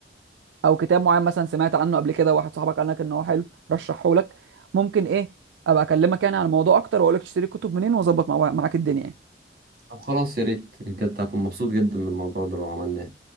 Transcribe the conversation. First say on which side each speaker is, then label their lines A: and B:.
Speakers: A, on the right (about 75°); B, on the right (about 50°).
A: او كتاب معين مثلا سمعت عنه قبل كده واحد صاحبك قال لك ان هو حلو رشحه لك ممكن ايه ابقى اكلمك يعني عن الموضوع اكتر واقول لك تشتري الكتب منين واظبط مع- معاك الدنيا يعني.
B: طب خلاص يا ريت بجد هكون مبسوط جدا من الموضوع ده لو عملناه